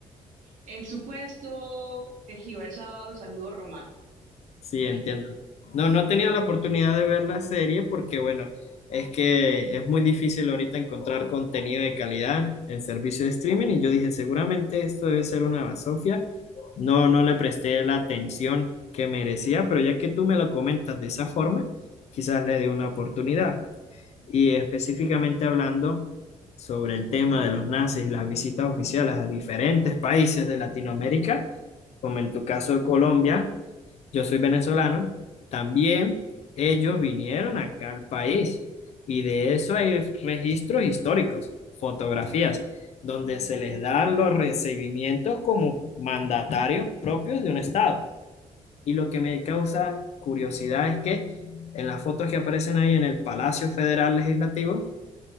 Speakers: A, on the right (about 85°); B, on the left (about 60°).
A: El supuesto tejido el sábado, saludo romano.
B: Sí, entiendo.
A: <laughs>
B: No, no he tenido la oportunidad de ver la serie porque, bueno, es que es muy difícil ahorita encontrar contenido de calidad en servicio de streaming y yo dije, seguramente esto debe ser una basofia. No, no le presté la atención que merecía, pero ya que tú me lo comentas de esa forma, quizás le dé una oportunidad. Y específicamente hablando sobre el tema de los nazis y las visitas oficiales a diferentes países de Latinoamérica, como en tu caso de Colombia. Yo soy venezolano, también ellos vinieron acá al país y de eso hay registros históricos, fotografías, donde se les dan los recibimientos como mandatarios propios de un estado. Y lo que me causa curiosidad es que en las fotos que aparecen ahí en el Palacio Federal Legislativo,